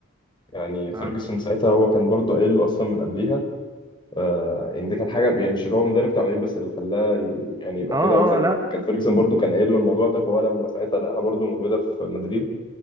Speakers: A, on the left; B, on the right.
A: يعني فيرجسون
B: اه
A: ساعتها هو كان برضه قايل له اصلا من قبليها آه يعني دي كان حاجه يعني مش اللي هو المدرب بتاع العيب بس اللي خلاه ي- يعني يبقى
B: اه
A: كده هو كان
B: اه لا
A: كان فيرجسون برضه كان قايل له الموضوع ده فهو لما ساعتها لقاها برضه موجوده في مدريد